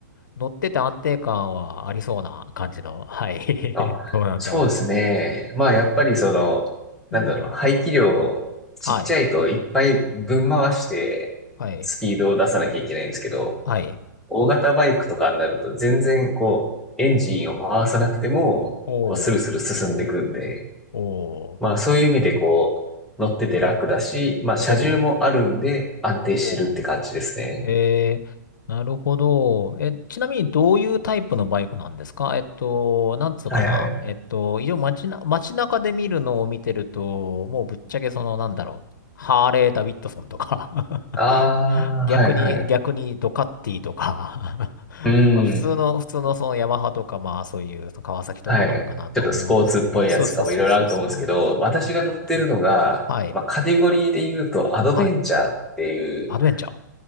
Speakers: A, on the left; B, in the centre.
A: 乗ってて安定感はありそうな感じの。はい。<laughs>
B: あ、
A: どうなんだろ
B: そうですね。まあ、やっぱりその、なんだろう、
A: う。うん。
B: 排気量ちっちゃいといっぱいぶん回して、
A: はい。はい。
B: スピードを出さなきゃいけないんですけど、
A: はい。
B: 大型バイクとかになると全然こう、エンジンを回さなくても、
A: おー、
B: こう、スルスル進んでいくんで、
A: おー、
B: まあ、そういう意味でこう、乗ってて楽だし、まあ、
A: おー、
B: 車重もあるんで安定してるって感じですね。
A: おー。えー、なるほど。え、ちなみにどういうタイプのバイクなんですかえっと、なんつうかな。
B: はいはい。
A: えっと、一応街な、街中で見るのを見てると、もうぶっちゃけその、なんだろう。ハーレー・ダビッドソンとか
B: ああ、
A: <laughs> 逆に、
B: はいはい。
A: 逆にドカッティとか
B: うん。
A: <laughs> まあ普通の、普通のそのヤマハとか、まあそういう川崎とかもあるかなと思うんですけど、
B: はい。ちょっとスポーツっぽいやつとかもいろいろあると思うんですけど、
A: そうそうそうそうそう。
B: 私が乗ってるのが、
A: どうやってはい。
B: まあ、カテゴリーで言うとアドベンチャーっていう
A: はいアドベンチャー。